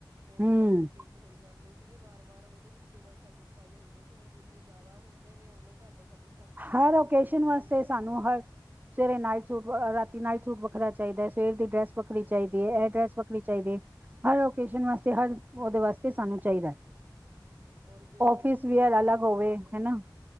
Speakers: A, on the right; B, on the right.
A: ਉਹੀ
B: ਹੂੰ
A: ਬਸ ਰਿਪੀਟ ਹੋਈ ਜਾਣ ਸੀਗੇ ਵਾਰ ਵਾਰ ਉਹਦੇ ਵਿੱਚ ਇਹ ਵ ਸੈਟਿਸਫਾਈ ਹੁੰਦੇ ਸੀ ਹੁਣ ਜਿੰਨੇ ਜ਼ਿਆਦਾ ਹੁੰਦੇ ਨੇ ਓਨੇ ਘੱਟ ਸਕਸ਼ਨ ਹੁੰਦੀ
B: ਹਰ
A: ਹੈ
B: ਓਕੇਜਨ
A: ਵੀ ਹੋਰ
B: ਵਾਸਤੇ
A: ਲਓ ਹੋਰ
B: ਸਾਨੂੰ
A: ਲਓ
B: ਹਰ ਸਵੇਰੇ ਨਾਈਟ ਸੂਟ ਵਾਲਾ, ਰਾਤੀ ਨਾਈਟ ਸੂਟ ਵੱਖਰਾ ਚਾਹੀਦਾ ਹੈ ਸਵੇਰ ਦੀ ਡਰੈਸ ਵੱਖਰੀ
A: ਹੋਰ
B: ਚਾਹੀਦੀ ਹੈ
A: ਕਿਆ
B: ।ਇਹ ਡਰੈਸ ਵੱਖਰੀ ਚਾਹੀਦੀ ਹੈ। ਹਰ ਓਕੇਅਜ਼ਨ ਵਾਸਤੇ ਹਰ ਓਦੇ ਵਾਸਤੇ ਸਾਨੂੰ ਚਾਹੀਦਾ
A: ਹੋਰ ਜੇ
B: ਆਫਿਸ
A: ਇੱਕ
B: ਵੀਅਰ
A: ਦੋ ਵਾਰ
B: ਅਲੱਗ
A: ਜਿਹੜਾ
B: ਹੋਵੇ
A: ਪਾ ਲਏ
B: ਹਨਾ
A: ਆ